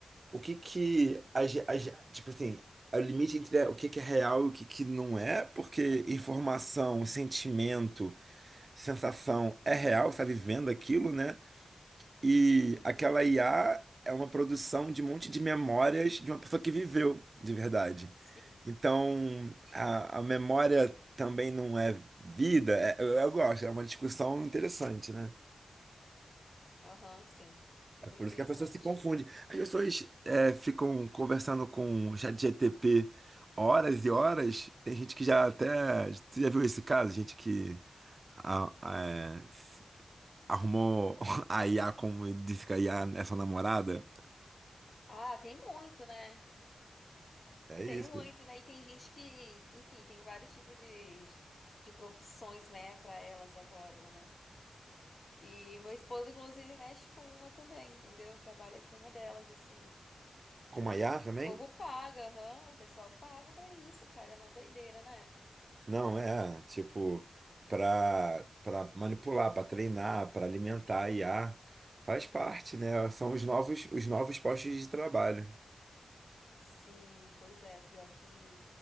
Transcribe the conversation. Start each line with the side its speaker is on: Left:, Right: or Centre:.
Right: o que que a, ge- a ge- tipo assim, é o limite entre o que que é real e o que que não é, porque informação, sentimento, sensação é real, você tá vivendo aquilo, né? E
Left: Uhum.
Right: aquela IA é uma produção de um monte de memórias de uma pessoa que viveu de verdade.
Left: Sim.
Right: Então, a, a memória também não é vida. É- eu, eu gosto, é uma discussão interessante, né?
Left: Aham, sim. Super
Right: Por
Left: interessante.
Right: isso que a pessoa se confunde. As pessoas é, ficam conversando com o ChatGPT horas e horas. Tem gente que já até. Você já viu esse caso? Gente que a- a- é, arrumou <laughs> a IA como disse que a IA é sua namorada.
Left: Ah, tem muito, né?
Right: É isso.
Left: Tem muito, né? E tem gente que, enfim, tem vários tipos de, de profissões, né, para elas agora, né? E meu esposo, inclusive, mexe com uma também, entendeu? Trabalha com uma delas, assim.
Right: Com a IA também?
Left: O povo paga, aham, o pessoal paga pra isso, cara. É uma doideira, né?
Right: Não, é. Tipo, para para manipular, para treinar, para alimentar a IA. Faz parte, né? São os novos, os novos postos de trabalho.
Left: Sim, pois é. Pior que,